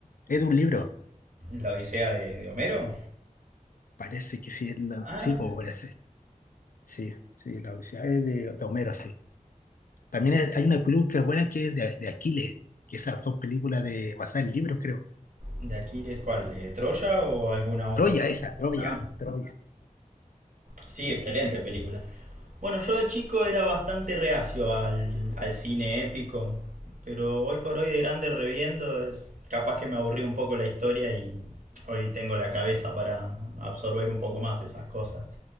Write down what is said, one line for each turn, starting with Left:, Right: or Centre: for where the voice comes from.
Left: Es de un libro,
Right: la Odisea de, de Homero.
Left: parece que sí, es la-
Right: Ah,
Left: sí, po,
Right: mira.
Left: parece. Sí, sí, La Odisea es de, de Homero, sí. También es- hay una película buena que es de, de Aquiles, que esas son películas de, basadas en libros, creo.
Right: ¿De Aquiles cuál? ¿De Troya o alguna otra?
Left: Troya, esa, Troya,
Right: Ah,
Left: Troya,
Right: sí,
Left: Aquiles.
Right: excelente película. Bueno, yo de chico era bastante reacio al, al cine épico, pero hoy por hoy de grande reviendo es capaz que me aburrí un poco la historia y hoy tengo la cabeza para absorber un poco más esas cosas.